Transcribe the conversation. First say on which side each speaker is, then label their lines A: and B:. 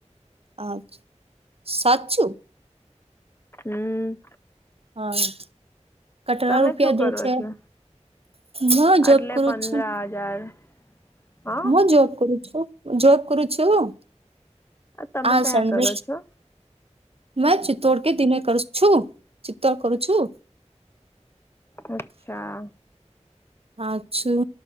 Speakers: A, on the right; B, on the left.
A: અચ્છા સાચું
B: હમ્મ
A: હ કટરા
B: તમે
A: રૂપિયા
B: શું
A: દે
B: કરો
A: છે
B: છો
A: હ જોબ
B: એટલે
A: કરું
B: પંદર
A: છું
B: હજાર હા
A: હું જોબ કરુ છું જોબ કરુ છું
B: તમે
A: આ
B: કયા
A: સેન્ડવિચ
B: કરો છો
A: મે ચિતોડ કે દિને કર છું ચિતતોડ કરુ છું
B: અચ્છા
A: હાછું